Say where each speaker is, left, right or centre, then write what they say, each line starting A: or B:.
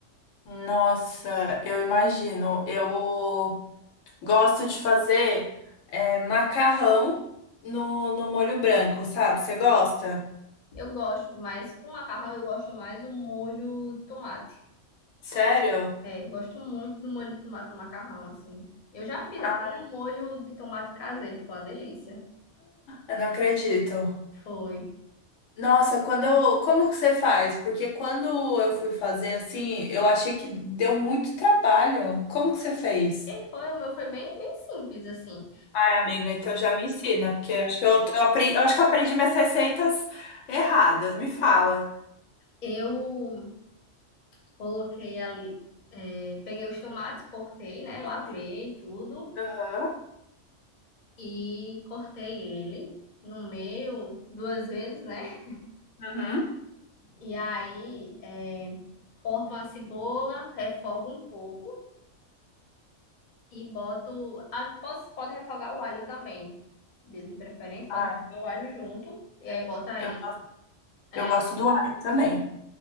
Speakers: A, on the left; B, on the left.
A: Nossa, eu imagino. Eu gosto de fazer é, macarrão no, no molho branco, sabe? Você gosta?
B: Eu gosto, mas com macarrão eu gosto mais o molho de tomate.
A: Sério?
B: É, eu gosto muito do molho de tomate no macarrão, assim. Eu já fiz até
A: Ah,
B: um molho de tomate caseiro, ficou uma delícia.
A: Eu não acredito.
B: Foi.
A: Nossa, quando eu, como que você faz? Porque quando eu fui fazer assim, eu achei que deu muito trabalho. Como que você fez?
B: E foi, o meu foi bem, bem simples, assim.
A: Ai, amiga, então já me ensina, porque acho que eu, eu, apre- eu acho que eu aprendi minhas receitas erradas. Me fala.
B: Eu coloquei ali, é, peguei os tomates, cortei, né? Lavei
A: Sim.
B: tudo
A: Aham.
B: e cortei ele no meio duas vezes, né?
A: Uhum.
B: E aí, é, corto uma cebola, refogo um pouco. E boto. ah, posso, pode refogar o alho também, de, de preferência,
A: Ai,
B: pode refogar o alho junto. E aí bota aí.
A: eu
B: É,
A: Eu gosto do alho também.